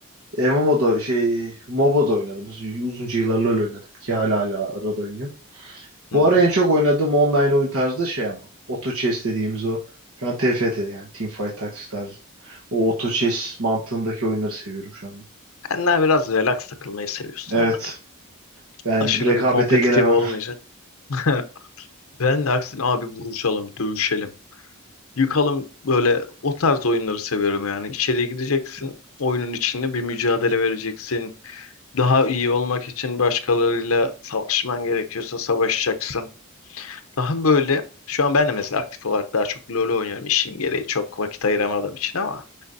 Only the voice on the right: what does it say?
MMO'da şey MOBA'da oynadım. Uzunca yıllar LoL oynadım ki hala hala arada oynuyorum.
Bu
ara en çok oynadığım online oyun tarzı da şey ama. Auto Chess dediğimiz o. Şu an TFT yani Teamfight Tactics tarzı. O Auto Chess mantığındaki oyunları seviyorum şu an.
Evet.
Ben
rekabete
gelemem.
<laughs>